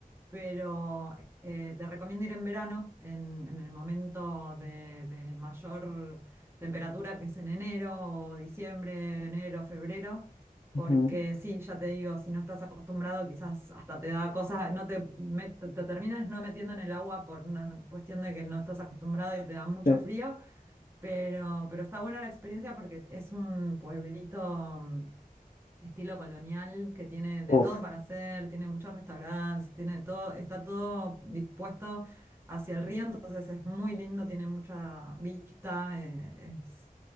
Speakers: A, on the right; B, on the left.
A: pero eh, te recomiendo ir en verano, en, en el momento de, de mayor temperatura, que es en enero, o diciembre, enero, febrero, porque
B: Ujú.
A: sí, ya te digo, si no estás acostumbrado, quizás hasta te da cosas, no te, met- te terminas no metiendo en el agua por una cuestión de que no estás acostumbrado y te da mucho
B: Eh,
A: frío, pero, pero está buena la experiencia porque es un pueblito. mm, estilo colonial que tiene de
B: uf,
A: todo para hacer, tiene muchos restaurantes, tiene de todo, está todo dispuesto hacia el río, entonces es muy lindo, tiene mucha vista, eh, es